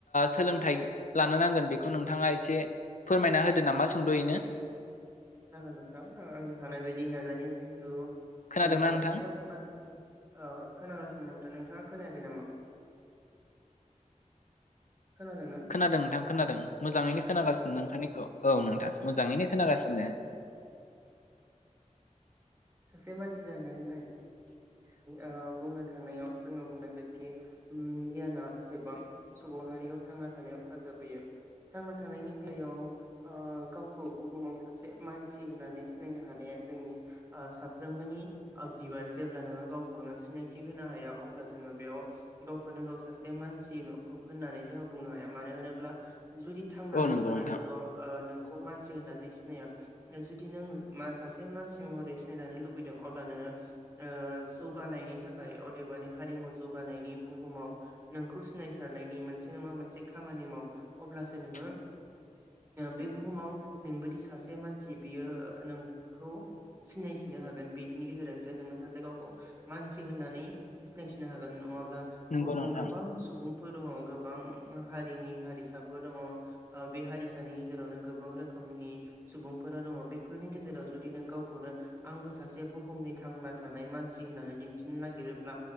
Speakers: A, on the left; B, on the right.
A: सोलोंथाइ लानो नांगोन बेखौ नोंथाङा एसे फोरमायना होदो नामा सोंद'यैनो।
B: जागोन नोंथां अ आंनि हानाय बायदि नाजानाय जिहेथु
A: खोनादोंना
B: आ
A: नोंथां
B: सासे मानसि अ खोनागासिनो नोंथां नोंथाङा खोनायाखै नामा? खोनादोंना?
A: खोनादों नोंथां खोनादों मोजाङैनो खोनागासिनो
B: औ
A: नोंथांनिखौ औ नोंथां मोजाङैनो खोनागासिनो। बुङो
B: सासे मानथि जानो ना
A: <unintelligible>
B: अ बुंनो थांनायाव जोङो बुंनांगोन कि ओम गियाना बेसेबां सुबुं हारियाव थां थांना थानायाव हेफाजाब होयो थांना थानायनि बेलायाव अ गावखौ बुहुमाव सासे मानसि होननानै सिनायनो हानाया जोंनि अ साफ्रोमबोनि अ बिबान जेब ब्ला नोङो गावखौनो सिनायथि होनो हाया अब्ला जोङो बेयाव गावखौनो गाव सासे मानसि होननानै जोङो बुंनो हाया मानो होनोब्ला जुदि थांनानै
A: औ नंगौ
B: थानानैल'
A: नोंथां
B: अ नोंखौ मानसि होननानै सिनाया जुदि नों मा सासे मानसि महरै सिनायजानो लुबैदों अब्ला नोङो अ जौगानायनि थाखाय अदेबानि हारिमु जौ जौगानायनि बुहुमाव नोंखौ सिनायसारनायनि मोनसे नङा मोनसे खामानि माव अब्लासो नोङो
A: <inaudible>
B: बे बुहुमाव नोंबदि सासे मानसि बियो नोंखौ सिनायथि नो हागोन बेनि गेजेरजोंसो नोङो सो गावखौ मानसि होननानै सिनायथिनो हागोन नङाब्ला
A: नंगौ
B: बुहुमाव
A: नोंथां
B: गोबां सुबुं फोर दङ गोबां हारिनि हसाफोर दङ अ बे हारिसानि गेजेरावनो गोबां रोखोम खोमनि सुबुंफोरा दङ बेफोरनि गेजेराव जुदि नों गावखौनो आंबो सासे बुहुमनि थांना थानाय मानसि होननानै दिन्थिनो नागिरोब्ला